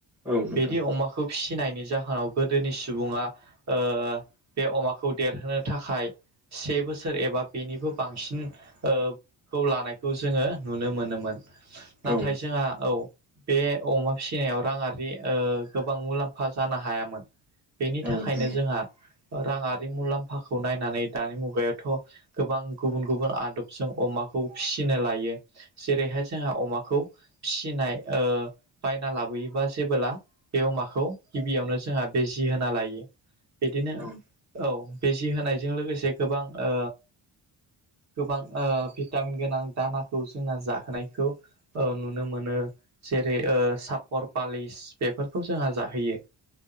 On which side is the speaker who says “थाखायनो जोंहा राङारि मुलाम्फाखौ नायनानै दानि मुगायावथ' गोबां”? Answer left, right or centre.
Right